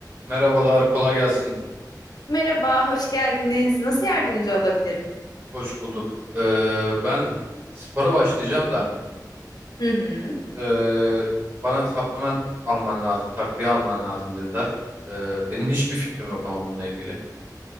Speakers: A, on the right; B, on the left.
A: Merhabalar, kolay gelsin.
B: Merhaba, hoş geldiniz. Nasıl yardımcı olabilirim?
A: Hoş bulduk. Ee, ben spora başlayacağım da
B: Hı hı,
A: ee, bana supplement alman lazım, takviye alman lazım dediler. Ee, benim hiçbir fikrim yok ama bununla ilgili.